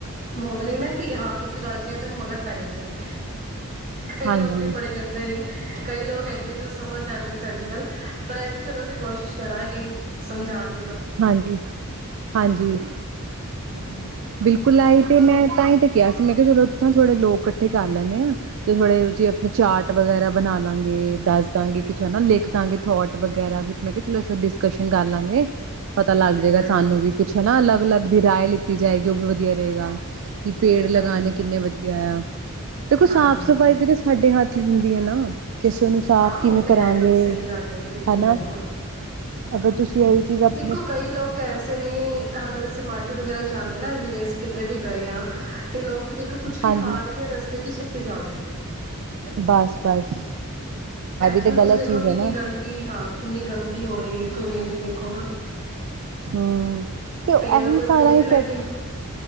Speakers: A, on the right; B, on the right.
A: ਹੁੰਦੇ ਨੇ ਨਾ ਕਿ ਹਾਂ ਇੱਕ ਗੱਲ ਕਹਿ ਤੇ ਮਗਰ ਪੈ ਜਾਂਦੇ ਨੇ। ਕਈ
B: ਹਾਂਜੀ-ਹਾਂਜੀ,
A: ਲੋਕ ਤੇ ਬੜੇ ਗੰਦੇ ਨੇ। ਕਈ ਲੋਕ ਹੈਗੇ ਨੇ ਜੋ ਸਮਝ ਜਾਨਗੇ ਸਾਡੀ ਗੱਲ ਪਰ ਐਏ ਕਿ ਚਲੋ ਅਸੀਂ ਕੋਸ਼ਿਸ਼ ਕਰਾਂਗੇ, ਸਮਝਾਨ
B: ਹਾਂਜੀ ਹਾਂਜੀ,
A: ਹਾਂਜੀ
B: ਬਿਲਕੁਲ ਆਈ ਤੇ ਮੈਂ ਤਾਂ ਈ ਤੇ ਕਿਆ ਸੀ ਮੈਂ ਕਿਆ ਚਲੋ ਔਥੋ ਥੋੜੇ ਲੋਕ ਕੱਠੇ ਕਰ ਲੈਂਣੇ ਆਂ ਤੇ ਥੋੜੇ ਜੇ ਅਪਣੇ ਚਾਟ ਵਗੈਰਾ ਬਣਾ ਲਾਂਗੇ, ਦੱਸ ਦਾਂਗੇ ਕੁਛ ਹਨਾਂ, ਲਿਖ ਦਾਂਗੇ ਥੋਟ ਵਗੈਰਾ ਕੁਛ, ਮੈਂ ਕਿਆ ਚਲੋ ਅਸਾ ਡਿਸਕਸ਼ਨ ਕਰ ਲਾਂਗੇ। ਪਤਾ ਲੱਗ ਜੇਗਾ
A: ਹਾਂਜੀ
B: ਸਾਨੂੰ ਵੀ ਕੁੱਛ ਹਨਾਂ ਅਲੱਗ ਲੱਗ। ਦੀ ਰਾਏ ਲਿੱਤ ਜਾਏਗੀ ਔ ਵੀ ਵਧੀਆ ਰਏਗਾ ਕਿ ਪੇੜ ਲਗਾਣੇ
A: ਹਾਂਜੀ
B: ਕਿੰਨੇ ਵਧੀਐ ਆ। ਦੇਖੋ ਸਾਫ਼
A: ਹਾਂਜੀ
B: ਸਫ਼ਾਈ ਵੀ ਤਾਂ ਸਾਡੇ ਹੱਥ ਹੀ ਹੁੰਦ ਏ ਨਾਂ। ਕਿਸੇ ਨੂੰ ਸਾਫ਼
A: ਹਾਂ
B: ਕਿਵੇਂ
A: ਉਹ ਤੇ
B: ਕਰਾਂਗੇ
A: ਹੈ ਹੀ ਸਹੀ ਗੱਲ ਹੈ ਬਿਲਕੁਲ
B: ਹਨਾਂ!
A: ਬਿਲਕੁਲ
B: ਅਗਰ ਤੁਸੀਂ ਅਈਔ ਚੀਜ਼ ਅਪ
A: ਕੋ ਕਈ ਲੋਕ ਤਾਂ ਐਸੇ ਨੇ ਅਹੰ ਅਰ ਅਸੀਂ ਮਾਰਕੀਟ ਵਗੈਰਾ ਵੀ ਜਾਦੇ ਨਾ ਜਿਂਵੇਂ ਅਸੀਂ ਕਿਧਰੇ ਵੀ ਗਏ ਆਂ ਤੇ ਲੋਕ ਦੇਖੋ ਕੁੱਛ ਵੀ
B: ਹਾਂਜੀ
A: ਖਾ ਰਹੇ ਨੇ ਰਸਤੇ ਚ <unintelligible>
B: ਬਸ, ਬਸ।
A: ਏੱਥੋਂ
B: ਇਹ ਵੀ ਤੇ
A: ਹੀ
B: ਗ਼ਲਤ
A: ਤੁਸੀਂ ਦੇਖੋ
B: ਚੀਜ਼
A: ਕਿੰਨੀ
B: ਹੈ ਨਾ।
A: ਗੰਦਗੀ, ਹਾਂ ਕਿੰਨੀ ਗੰਦਗੀ ਹੋ ਰਹੀ ਇੱਥੋਂ ਏ ਵੀ ਤੇ ਦੇਖੋ ਨਾ।
B: ਹੂੰ ਤੇ
A: ਪੇ
B: ਏਹੀ
A: ਅਗਰ ਕੋਈ
B: ਸਾਰਾ
A: ਪੇੜ
B: ਇਫੈਕਟ
A: ਲੱਗੇ